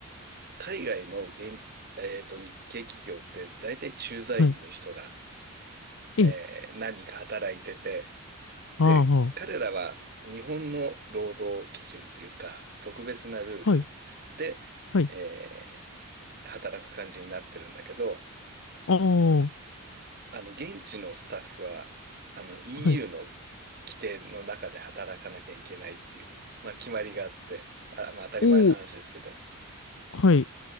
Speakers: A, on the right; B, on the left.
A: 海外の現、えーと、日系企業って大体駐在員の人が、
B: はい。ええ
A: えー何人か働いてて、で、
B: あーは
A: 彼らは日本の労働基準っていうか、特別なルールで、
B: ー、はい、はい、
A: えー働く感じになってるんだけど、
B: ああ、は
A: あの、現地のスタッフは、あの、EU
B: い。
A: の規定の中で働かなきゃいけないっていう、まあ、決まりがあって、あ、まあ、当たり前の話ですけど、
B: おー、はい、